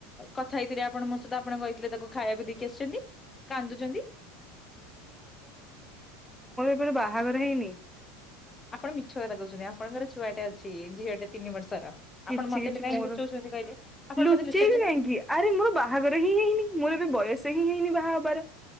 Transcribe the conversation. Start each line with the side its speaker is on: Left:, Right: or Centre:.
Left: କଥା ହେଇଥିଲେ ଆପଣ ମୋ ସହିତ ଆପଣ କହିଥିଲେ ତାକୁ ଖାଇବାକୁ ଦେଇକି ଆସିଛନ୍ତି କାନ୍ଦୁଛନ୍ତି।
Centre: ମୋର ବାହାଘର ହେଇନି।
Left: ଆପଣ ମିଛ କଥା କହୁଛନ୍ତି ଆପଣଙ୍କର ଛୁଆଟେ ଅଛି ଝିଅଟେ ତିନି ବର୍ଷର। ଆପଣ
Centre: କିଛି
Left: ମତେ
Centre: କିଛି
Left: କାହିଁ
Centre: ମୋର
Left: ଲୁଚଉଛନ୍ତି କହିଲେ ଆପଣ
Centre: ଲୁଚେଇବି
Left: ମତେ ଲୁଚାନ୍ତନି।
Centre: କାହିଁକି ଆରେ ମୋର ବାହାଘର ହିଁ ହେଇନି ମୋର ଏ ବି ବୟସ ହିଁ ହେଇନି ବା ହଁ ବର